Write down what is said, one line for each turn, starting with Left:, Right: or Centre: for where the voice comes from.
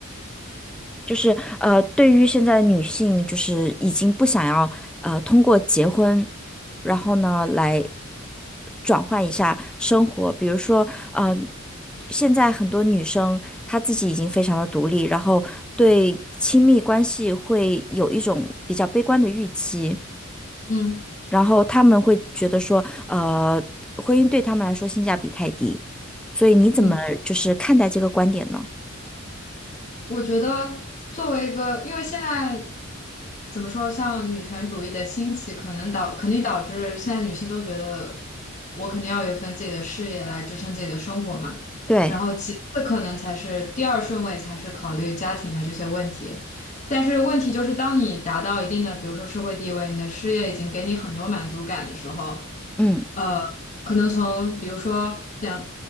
Centre: 就是呃，对于现在女性，就是已经不想要呃通过结婚，然后呢来转换一下生活，比如说呃，现在很多女生她自己已经非常的独立，然后对亲密关系会有一种比较悲观的预期。
Left: 嗯
Centre: 然后他们会觉得说，呃，婚姻对他们来说性价比太低，所以你怎么就是看待这个观点呢？
Left: 嗯。我觉得作为一个，因为现在怎么说，像女权主义的兴起，可能导肯定导致现在女性都觉得我肯定要有一份自己的事业来支撑自己的生活嘛。
Centre: 对，
Left: 然后其次可能才是第二顺位，才是考虑家庭的这些问题。但是问题就是，当你达到一定的，比如说社会地位，你的事业已经给你很多满足感的时候。
Centre: 嗯
Left: 呃，可能从比如说两